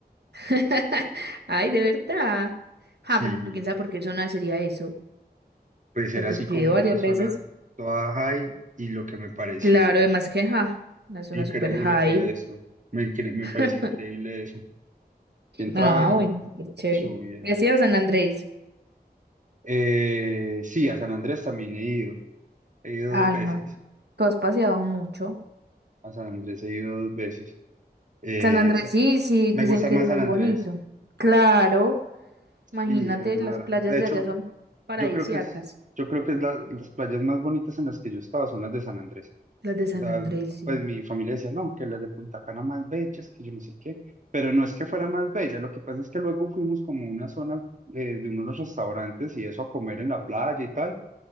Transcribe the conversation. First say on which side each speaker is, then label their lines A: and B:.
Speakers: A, on the right; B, on the right.
A: <laughs> Ay, de verdad. Ah,
B: Sí.
A: pero quién sabe por qué zona sería eso.
B: pues
A: Porque
B: era así
A: yo
B: como
A: he ido varias
B: una zona
A: veces.
B: toda high y lo que me pareció
A: Claro, además
B: i-
A: que, ja, una zona
B: increíble
A: super high.
B: fue eso. Me, incre- me pareció
A: <laughs>
B: increíble eso. Entraban
A: Ah,
B: y
A: bueno, súper chévere.
B: subían.
A: ¿Y has ido a San Andrés?
B: Eh, sí, a San Andrés también he ido. He ido
A: Ay,
B: dos veces.
A: no. Tú has paseado mucho.
B: A San Andrés he ido dos veces. Eh,
A: San Andrés,
B: sa-
A: sí, sí,
B: me
A: dicen
B: gusta
A: que
B: más
A: es muy
B: San
A: bonito.
B: Andrés
A: Claro, imagínate,
B: y el mar.
A: las playas
B: De
A: de
B: hecho,
A: allá son paradisíacas.
B: yo creo que es, yo creo que es la- las playas más bonitas en las que yo he estado son las de San Andrés.
A: Las de San
B: O sea,
A: Andrés, sí.
B: pues mi familia decía, no, que las de Punta Cana más bellas, que yo no sé qué, pero no es que fuera más bella, lo que pasa es que luego fuimos como a una zona eh, de unos restaurantes y eso a comer en la playa y tal,